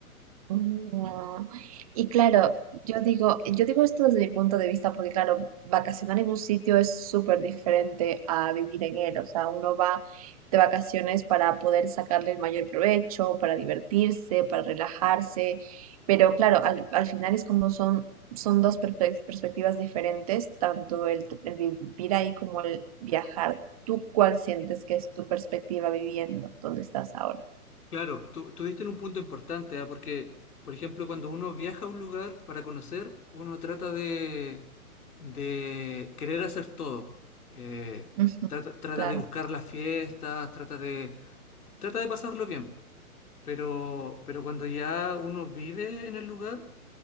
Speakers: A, on the right; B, on the left.
A: No. Y claro, yo digo, yo digo esto desde mi punto de vista porque claro, vacacionar en un sitio es súper diferente a vivir en él. O sea, uno va de vacaciones para poder sacarle el mayor provecho, para divertirse, para relajarse. Pero claro, al, al final es como son, son dos perpe- perspectivas diferentes, tanto el, t- el vivir ahí como el viajar. ¿Tú cuál sientes que es tu perspectiva viviendo? ¿Dónde estás ahora?
B: Claro, tú, tú diste en un punto importante, ¿ah? Porque, por ejemplo, cuando uno viaja a un lugar para conocer, uno trata de, de querer hacer todo. Eh,
A: <laughs> Ujú,
B: trata, trata
A: claro.
B: de buscar las fiestas, trata de, trata de pasarlo bien. Pero, pero cuando ya uno vive en el lugar,